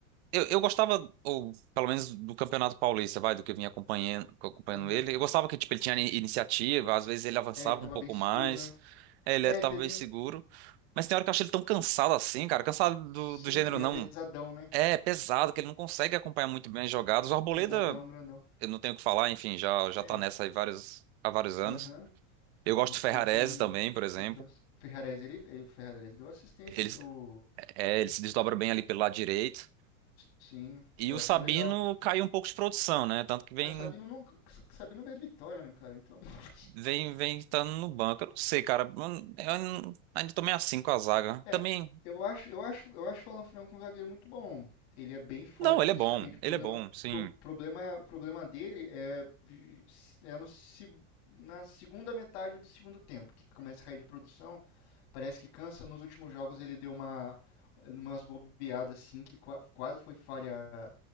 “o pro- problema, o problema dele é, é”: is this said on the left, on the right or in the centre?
Left